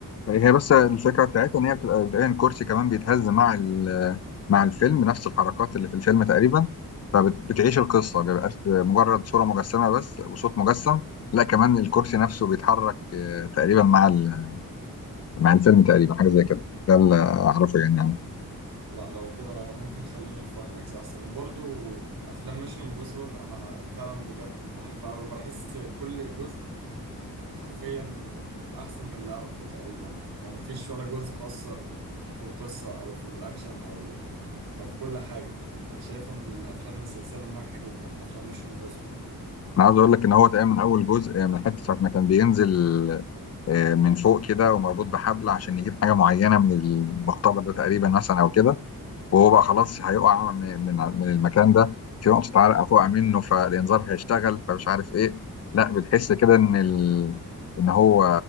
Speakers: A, on the left; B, on the right.
A: هي بس الفكرة بتاعتها إن هي بتبقى تقريبا كرسي كمان بيتهز مع ال- مع الفيلم نفس الحركات اللي في الفيلم تقريبا فبتعيش القصة ما بيبقاش مجرد صورة مجسمة بس وصوت مجسم لا كمان الكرسي نفسه بيتحرك آه، تقريبا مع ال- مع الفيلم تقريبا حاجة زي كده ده اللي أعرفه يعني عنه
B: لا لو كده ممكن خليني في اي ماكس احسن وبرضو افلام ميشن امبوسيبل انا فعلا بجد بحبها وبحس كل جزء حرفيا احسن من اللي قبله تقريبا يعني مفيش ولا جزء اثر في القصه او في الاكشن او او في كل حاجه انا شايفها من الافلام السلسله الناجحه جدا افلام مش جوسوي
A: أنا عاوز أقول لك إن هو تقريبا من أول جزء آه، من حتة ساعة ما كان بينزل آه، من فوق كده ومربوط بحبل عشان يجيب حاجة معينة من المقتبل ده تقريبا مثلا أو كده وهو بقى خلاص هيقع من من من المكان ده في نقطة عرق هتقع منه فالإنذار هيشتغل فمش عارف إيه لا بتحس كده إن ال... إن هو